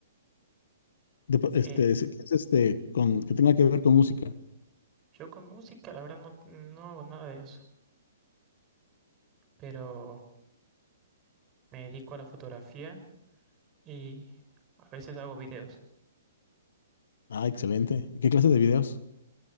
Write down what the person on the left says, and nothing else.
De- este,
si- ¿qué haces, este, con, que tenga que ver con música?
Ah, excelente. ¿Qué clase de videos?